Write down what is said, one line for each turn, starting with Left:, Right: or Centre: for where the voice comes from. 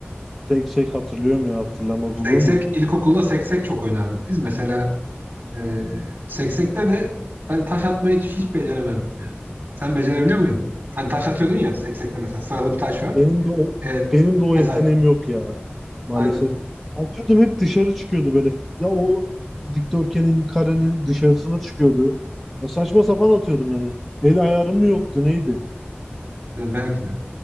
Centre: Tek tek hatırlıyorum ya hatırlamaz
Right: Seksek,
Centre: olur muyum?
Right: ilkokulda seksek çok oynardık. Biz mesela e, seksekte de ben taş atmayı hiç, hiç beceremezdim ya. Sen becerebiliyor muydun? Hani taş atıyordun ya seksekte mesela sıralı bir taş var.
Centre: Benim de o
Right: E,
Centre: benim de o
Right: mesela
Centre: yeteneğim yok ya maalesef.
Right: aynen
Centre: Atıyordum hep dışarı çıkıyordu böyle. Ya o dikdörtgenin karenin dışarısına çıkıyordu. Ya saçma sapan atıyordum yani. El ayarım mı yoktu neydi?
Right: Yani belki de.